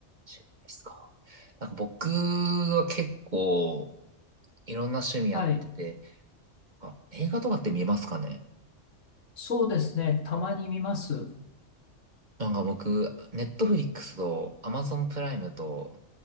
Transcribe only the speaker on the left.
はい。
そうですね。たまに見ます。